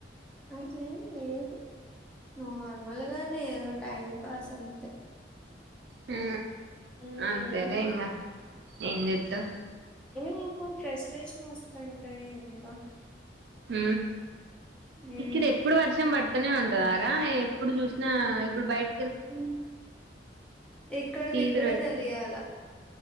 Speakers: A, in the centre; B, on the right (about 65°).
A: అట్లేం లేదు నార్మల్గానే ఏద టైమ్ పాసంతే
B: హు
A: హ్మ్.
B: అంతేలే ఇంకా ఏం చెతా
A: ఇంకో ఫ్రెష్ ఫ్రెష్ వస్తుంటాయి ఇంకా
B: హ
A: హ్మ్.
B: ఇక్కడ ఎప్పుడు వర్షం పడుతనే ఉంటదారా ఎ ఇప్పుడు చూసినా ఇప్పుడు బయట
A: హు ఇక్కడది
B: చీదర
A: ఇక్కడే
B: పెట్టుకో
A: తెలియాల